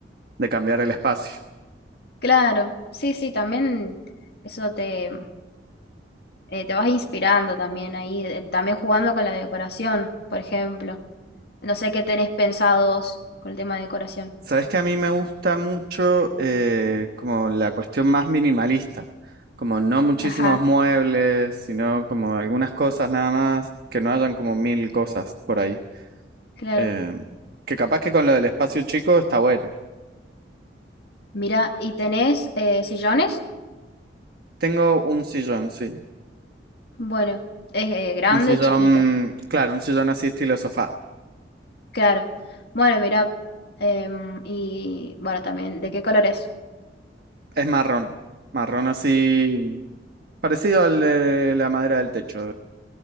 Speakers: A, on the right (about 60°); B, on the left (about 60°).
A: de cambiar el espacio.
B: claro. Sí, sí, también eso te, eh, te vas inspirando también ahí, eh, también jugando con la decoración, por ejemplo. No sé qué tenés pensado vos con el tema de decoración.
A: Sabes que a mí me gusta mucho eh, como la cuestión más minimalista, como no muchísimos
B: Ajá,
A: muebles, sino como algunas cosas nada más, que no hayan como mil cosas por ahí.
B: claro.
A: Eh, que capaz que con lo del espacio chico está bueno.
B: Mira, ¿y tenés eh, sillones?
A: Tengo un sillón, sí.
B: Bueno, es eh, grande,
A: Un sillón,
B: chiquito,
A: claro, un sillón así estilo sofá.
B: claro. Bueno, mira, em, y bueno, también, ¿de qué colores?
A: Es marrón. Marrón así, parecido al de la madera del techo.